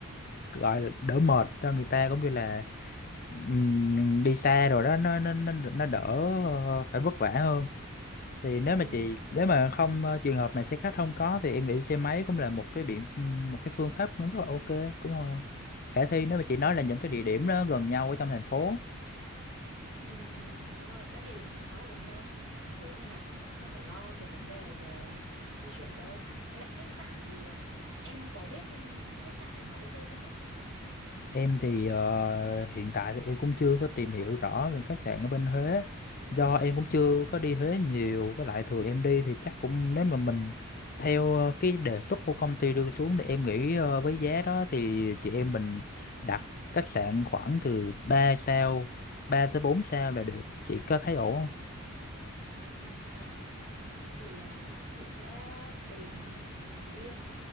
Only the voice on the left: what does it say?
gọi là đỡ mệt cho người ta cũng như là ừm, đi xa rồi đó nó nó nó nó đỡ ờ, phải vất vả hơn thì nếu
mà chị nếu mà không ờ, trường hợp mà xe khách không có thì em nghĩ xe máy cũng là một cái biện một cái phương pháp cũng rất là ok cũng ờ, khả thi nếu mà chị nói là những cái địa điểm đó gần nhau ở trong thành phố
Em thì ờ, hiện tại thì em cũng chưa có tìm hiểu rõ về khách sạn ở bên Huế do em cũng chưa có đi Huế nhiều với lại thường em đi thì chắc cũng nếu mà mình theo ờ, cái đề xuất của công ty đưa xuống thì em nghĩ ờ, với giá đó thì chị em mình đặt khách sạn khoảng từ ba sao 3 tới 4 sao là được chị có thấy ổn không?